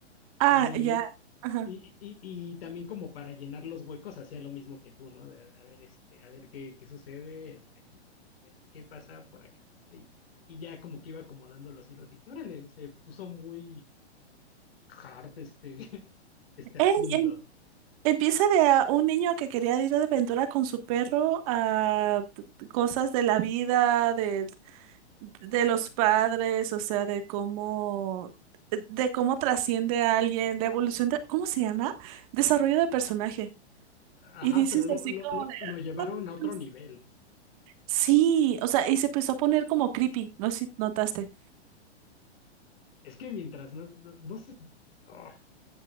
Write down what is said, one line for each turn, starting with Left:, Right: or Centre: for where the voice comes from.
Right: Ah,
Left: Y,
Right: ya, ajá.
Left: y, y, y también como para llenar los huecos hacía lo mismo que tú, ¿no? De, a ver, este, a ver qué, qué sucede aquí, a ver qué pasa por acá, ¿no? Y, y ya como que iba acomodando los hilos y dije, órale, se puso muy hard este, <laughs> este asunto.
Right: Ey, em- empieza de a un niño que quería ir de aventura con su perro a t- cosas de la vida, de los padres, o sea, de cómo, de cómo trasciende a alguien, de evolución de, ¿cómo se llama? Desarrollo de personaje.
Left: Ajá,
Right: Y dices
Left: pero lo,
Right: así
Left: lo,
Right: como
Left: lo,
Right: de,
Left: lo llevaron
Right: "Ay,
Left: a otro
Right: Dios".
Left: nivel.
Right: Sí, o sea, y se empezó a poner como creepy, no sé si notaste.
Left: Es que mientras no, no, no sé, ah,